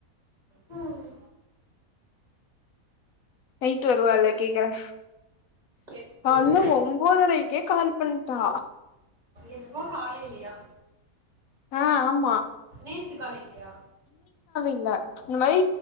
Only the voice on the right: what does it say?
ஹம்,
கேட்டு
சொல்லு
எப்போ காலைலியா
நேத்து காலைலியா